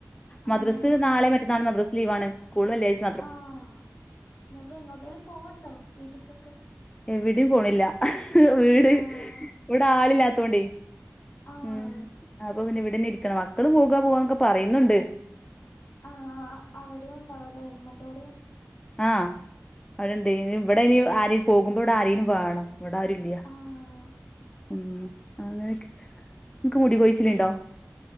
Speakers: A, on the left; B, on the left.
A: മദ്രസ്
B: ആഹ്
A: നാളെ മറ്റന്നാൾ മദ്രാസ് ലീവണ് സ്കൂൾ വെള്ളിഴ്ച്ച.
B: ആഹ് എന്നിട്ട് എങ്ങോട്ടേലും പോവണ്ടോ വീട്ടക്കൊക്കെ?
A: എവിടയും പോണില്ല വീട്
B: ആഹ്
A: ഇവിടെ ആളില്ലാത്തോണ്ടേ.
B: ആഹ്
A: ഉം അപ്പൊ പിന്നെ ഇവിടന്ന് ഇരിക്കണം മക്കള് പോകാ പോവാന്നൊക്കെ പറയുന്നുണ്ട്.
B: ആഹ് അവിടെയും ഉണ്ടാവൂലേ ഉമ്മന്റെ ടെയും.
A: ആ അവിടെണ്ട് ഇവിടെ ഇനി ആരും പോകുമ്പോ ഇവിടെ ആരെങ്കിലും വേണം. ഇവിടെ ആരുല്ല
B: ആഹ്
A: ഉ അങ്ങനെക്കെ നിക്ക് മുടി കൊഴിച്ചില് ഉണ്ടോ?